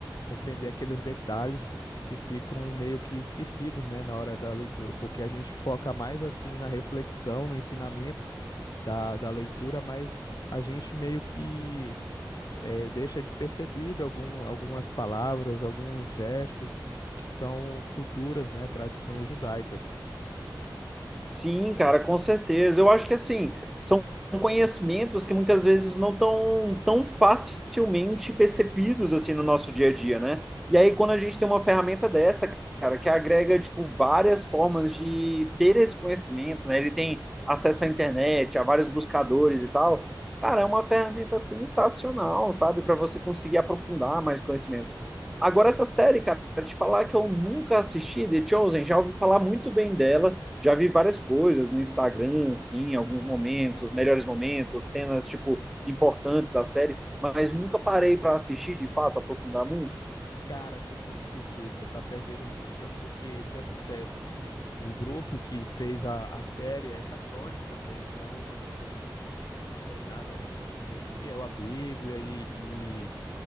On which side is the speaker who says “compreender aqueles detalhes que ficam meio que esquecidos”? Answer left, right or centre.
Left